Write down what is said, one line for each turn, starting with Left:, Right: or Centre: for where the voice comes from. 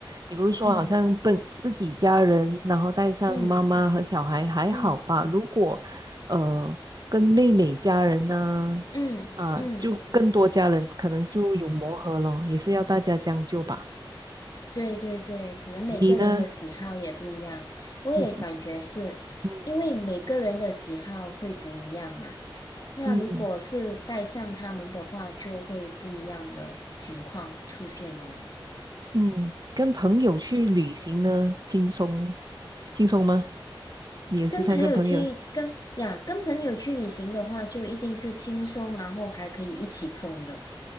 Right: 比如说，
Left: 嗯
Right: 好像本自己家人，然后带上妈妈和小孩还好吧。
Left: 嗯嗯
Right: 如果呃跟妹妹家人呢、
Left: 嗯嗯，
Right: 啊，就更多家人，可能就有磨合咯，也是要大家将就吧。
Left: 对对对，可能每个人的喜好也不一样。
Right: 你呢？
Left: 我也感觉是，
Right: 嗯嗯
Left: 因为每个人的喜好会不一样嘛。那如果是带上他们的话，
Right: 嗯
Left: 就会不一样的情况出现哦。
Right: 嗯，嗯跟朋友去旅行呢，轻松轻松吗？你有时常跟朋友
Left: 跟朋友去跟呀，跟朋友去旅行的话，就一定是轻松，然后还可以一起疯的。